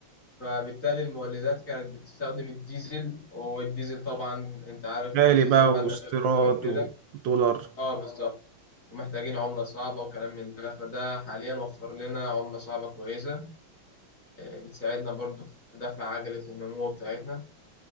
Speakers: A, on the left; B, on the right.
A: فبالتالي المولدات كانت بتستخدم الديزل والديزل طبعا انت عارف ان
B: غالي
A: الديزل
B: بقى
A: مادة
B: واستيراد
A: غير متجددة
B: ودولار
A: اه بالظبط ومحتاجين عملة صعبة وكلام من ده فده حاليا وفر لنا عملة صعبة كويسة آه، بتساعدنا برضو في دفع عجلة النمو بتاعتنا